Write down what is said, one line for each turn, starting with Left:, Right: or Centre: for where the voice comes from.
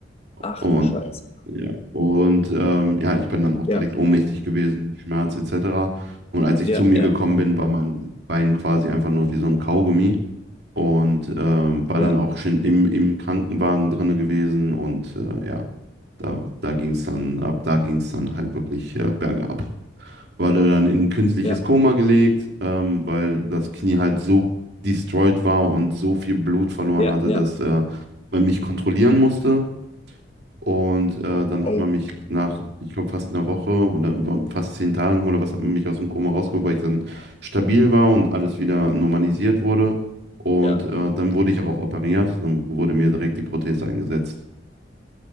Left: ach
Right: Und
Left: du Scheiße.
Right: ja, und ähm, ja, ich bin dann auch
Left: Ja,
Right: direkt ohnmächtig gewesen durch Schmerz etc. Und als ich
Left: ja,
Right: zu mir
Left: ja,
Right: gekommen bin, war mein Bein quasi einfach nur wie so ein Kaugummi und ähm, war
Left: ja,
Right: dann auch schon im, im Krankenwagen drinne gewesen und äh, ja, da, da ging es dann, ab da ging es dann halt wirklich äh, bergab. Wurde dann in ein künstliches
Left: ja,
Right: Koma gelegt, ähm, weil das Knie halt so destroyed war und so viel Blut verloren
Left: ja,
Right: hatte,
Left: ja.
Right: dass äh, man mich kontrollieren musste. Und äh, dann hat
Left: Oh,
Right: man mich nach, ich glaube, fast einer Woche oder fast zehn Tagen oder was, hat man mich aus dem Koma rausgeholt, weil ich dann stabil war und alles wieder normalisiert wurde. Und
Left: ja.
Right: äh, dann wurde ich auch operiert. Dann wurde mir direkt die Prothese eingesetzt.